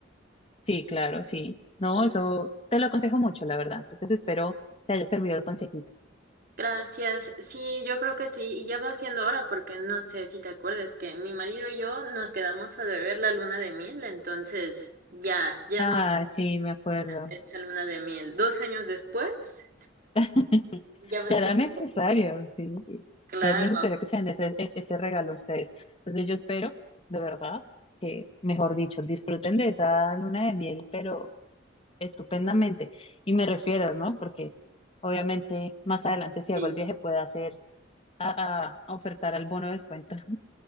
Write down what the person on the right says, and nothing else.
Gracias. Sí, yo creo que sí. Y ya va siendo hora porque no sé si te acuerdas que mi marido y yo nos quedamos a deber la luna de miel. Entonces, ya, ya
es momento
de esa luna de miel. Dos años después,
ya va
siendo.
Claro,
sí.